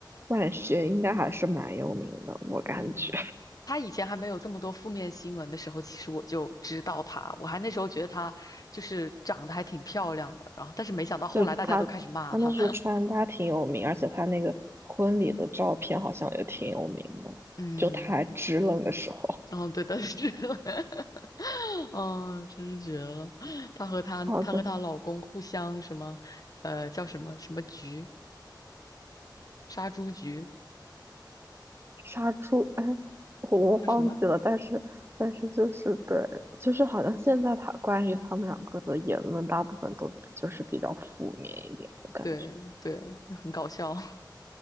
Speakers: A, on the right; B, on the left.
A: 万学应该还是蛮有名的，我感觉
B: 嗯，他以前还没有这么多负面新闻的时候，其实我就知道他，我还那时候觉得他就是长得还挺漂亮的，然后但是没想到后来大家都开始骂他，
A: 就他他那时候穿搭挺有名，
B: <laughs>
A: 而且他那个婚礼的照片好像也挺有名的，
B: 嗯，
A: 就他还支棱的时候。
B: 嗯，对的是，<laughs> 嗯，真是绝了，她和她她和她老公互相什么，
A: 好的，
B: 呃，叫什么什么局，杀猪局
A: 杀猪，哎，我忘记了，
B: 叫什么？
A: 但是但是就是对，就是好像现在他关于他们两个的言论，大部分都就是比较负面一点，我感觉。
B: 对对，就很搞笑。